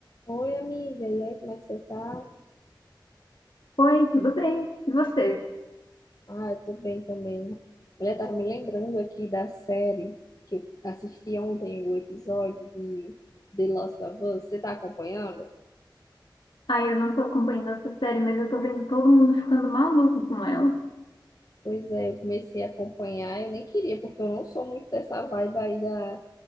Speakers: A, on the left; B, on the left.
A: Oi, amiga. E aí, como é que você tá?
B: Oi, tudo bem? E você?
A: Ah, eu tô bem também. Mulher, tava me lembrando aqui da série que eu assisti ontem, o episódio de The Last of Us. Você tá acompanhando?
B: Ai, eu não tô acompanhando essa série, mas eu tô vendo todo mundo ficando maluco com ela.
A: Pois é, eu comecei a acompanhar. Eu nem queria, porque eu não sou muito dessa vibe aí da,